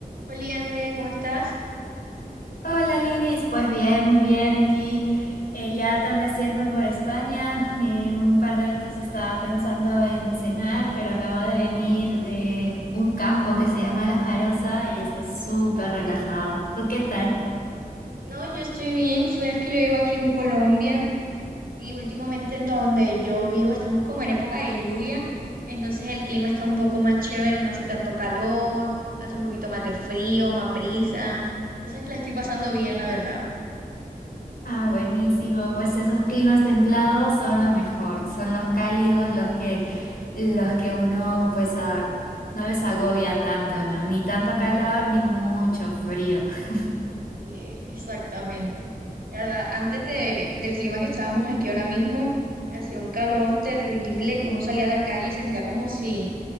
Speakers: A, on the right (about 75°); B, on the left (about 75°).
A: Hola Andrea, ¿cómo estás?
B: Hola Lidis, pues bien, muy bien aquí, eh, ya atardeciendo por España, en un par de horitas estaba pensando en cenar, pero acabo de venir de un campo que se llama La Jarosa y estoy súper relajada. ¿Tú qué tal?
A: No, yo estoy bien, tú sabes que yo vivo aquí en Colombia y últimamente en donde yo vivo estamos como en época de lluvia, entonces el clima está un poco más chévere, no hace tanto calor, hace un poquito más de frío, más brisa, entonces la estoy pasando bien, la verdad.
B: Ah, buenísimo, pues esos climas templados son lo mejor, son los cálidos los que, los que uno pues ah, no les agobia tanto, ¿no? Ni tanto calor ni mucho frío. <laughs>
A: Eh, exactamente. La verdad, antes de, del clima que estábamos aquí ahora mismo, hacía un calor terrible, uno salía a la calle y sentía como si